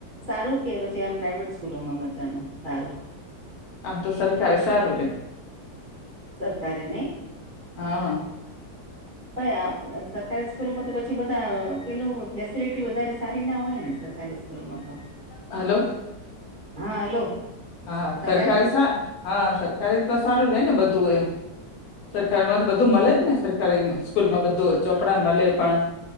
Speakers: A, on the right (about 45°); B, on the left (about 70°).
A: સારું કે પછી આમ પ્રાઈવેટ સ્કૂલોમાં મજાનું સારું
B: આમ તો સરકારી સારું રેય
A: સરકારી નઈ
B: હા
A: સર સરકારી સ્કૂલમાં તો પછી બધા પેલું ફેસિલિટી વધારે સારી ના હોય ને સરકારી સ્કૂલોમાં તો <inaudible>
B: હલો
A: હા હલો
B: હા
A: સંભળાય
B: સરકારી સા હા સરકારી તો સારું રે ને બધું એમ સરકાર માં તો બધું મળે જ ને સર કારી માં સ્કૂલમાં બધું ચોપડા મળે પણ